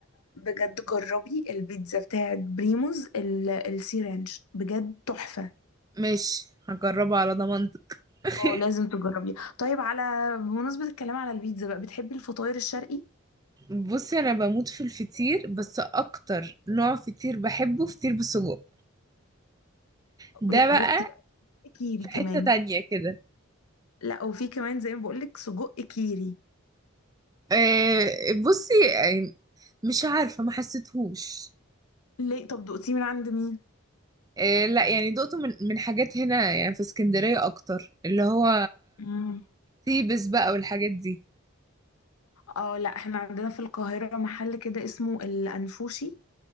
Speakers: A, on the left; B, on the right.
A: بجد جربي البيتزا بتاعت بريموز ال- السي رانش بجد تحفة
B: ماشي هجربها على ضمانتك <laughs>
A: اه لازم تجربيها طيب على بمناسبة الكلام على البيتزا بقى بتحبي الفطاير الشرقي
B: بصي انا بموت في الفطير بس اكتر نوع فطير بحبه فطير بالسجق ده
A: لا
B: بقى
A: بصي بقى كيري
B: حتة
A: كمان
B: تانية كده
A: لا وفي كمان زي ما بقولك سجق كيري
B: آه، بصي يعني مش عارفة ما حسيتهوش
A: ليه طب دقتيه من عند مين
B: آه، لا يعني دقته من من حاجات هنا يعني في اسكندرية أكتر اللي هو
A: مم.
B: تيبس بقى والحاجات دي
A: اه لا احنا عندنا في القاهرة محل كده اسمه الأنفوشي